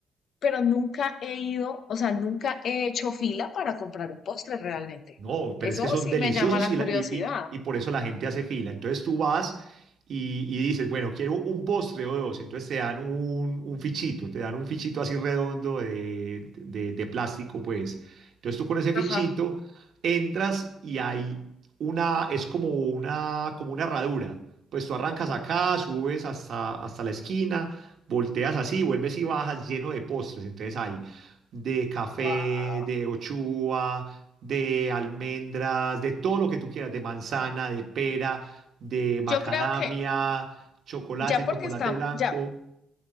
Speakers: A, on the left; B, on the right.
A: pero nunca he ido, o sea, nunca he hecho fila para comprar un postre realmente.
B: No, pero
A: Eso
B: es que son
A: sí
B: deliciosos
A: me llama la
B: y,
A: curiosidad.
B: la- y, y- y por eso la gente hace fila. Entonces tú vas y, y dices, bueno, quiero un postre o dos. Entonces te dan un, un fichito, te dan un fichito así redondo de, de- de plástico, pues. Entonces tú con ese fichito
A: Ajá,
B: entras y hay una, es como una, como una herradura. Pues tú arrancas acá, subes hasta, hasta la esquina, volteas así, vuelves y bajas lleno de postres. Entonces ahí de café,
A: wow.
B: de ochuva, de almendras, de todo lo que tú quieras, de manzana, de pera, de
A: Yo
B: macadamia,
A: creo que
B: chocolate,
A: ya porque
B: chocolate
A: estamos,
B: blanco.
A: ya,